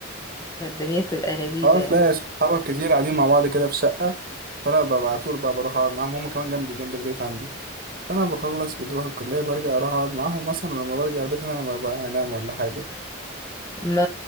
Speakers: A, on the left; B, on the right.
A: فالدنيا بتبقى لذيذة
B: اه
A: يعني
B: تلاقي صحابك كتير قاعدين مع بعض كده في شقة فأنا ببقى على طول بقى بروح أقعد معاهم هما كمان جنبي جنب البيت عندي فأنا بخلص بنروح الكلية برجع أروح أقعد معاهم مثلا لما برجع البيت أنا لما ببقى أنام ولا حاجة
A: ما